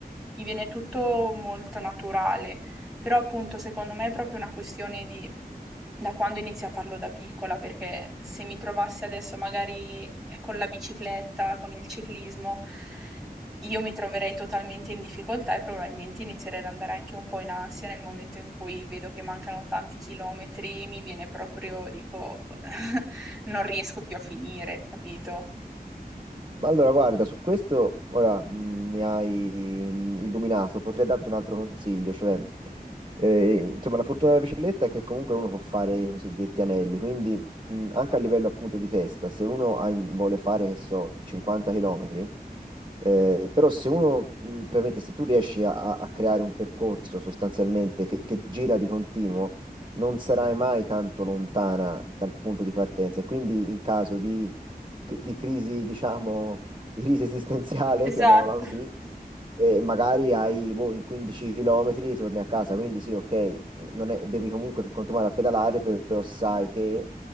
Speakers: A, in the centre; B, on the right.
A: mi viene tutto molto naturale, però appunto secondo me è proprio una questione di da quando inizio a farlo da piccola, perché se mi trovassi adesso magari eh, con la bicicletta, con il ciclismo, io mi troverei totalmente in difficoltà e probabilmente inizierei ad andare anche un po' in ansia nel momento in cui vedo che mancano tanti chilometri, mi viene proprio, dico, <laughs> non riesco più a finire, capito?
B: Ma allora, guarda, su questo ora mm, mi hai mm, illuminato, potrei darti un altro consiglio, cioè, eh, insomma, la fortuna della bicicletta è che comunque uno può fare i cosiddetti anelli, quindi mm, anche a livello appunto di testa, se uno ha in- vuole fare, che so, 50 km, eh, però se uno, mm, probabilmente se tu riesci a, a- a creare un percorso sostanzialmente che, che gira di continuo, non sarai mai tanto lontana dal punto di partenza e quindi in caso di di crisi, diciamo, di crisi esistenziale,
A: Esatto,
B: <laughs> chiamiamola così, e magari hai, boh, in 15 km torni a casa, quindi sì, ok, non è- devi comunque continuare a pedalare, però sai che,